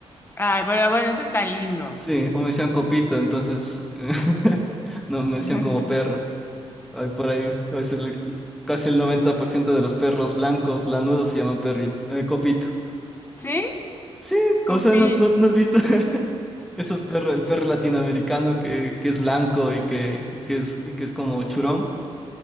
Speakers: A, on the left (about 20°); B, in the centre.
A: Ay, pero bueno, eso está lindo.
B: Sí, o me decían Copito, entonces <laughs>
A: Sí.
B: no me decían
A: <laughs>
B: como perro. Hay por ahí, a veces le- casi el 90% de los perros blancos lanudos se llaman perri- eh, copito.
A: ¿Sí?
B: Sí, o
A: Copi.
B: sea, ¿no, no, no has visto <laughs> esos perros, el perro latinoamericano que, que es blanco y que, y que es, y que es como churón?